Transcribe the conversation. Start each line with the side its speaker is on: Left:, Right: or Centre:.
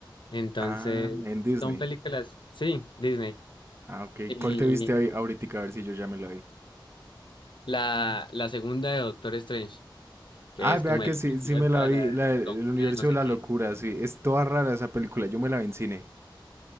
Left: entonces
Right: Ah, en Disney.
Left: son películas, sí, Disney.
Right: Ah, ok.
Left: Y
Right: ¿Cuál te viste ahí ahorita? A ver si yo ya me la vi.
Left: la, la segunda de Doctor Strange, que
Right: Ay,
Left: es
Right: vea
Left: como el
Right: que sí,
Left: multiverso
Right: sí me la
Left: de
Right: vi,
Left: la
Right: la del- El
Left: locura
Right: universo
Left: de no sé
Right: de la
Left: qué.
Right: locura, sí. Es toda rara esa película, yo me la vi en cine.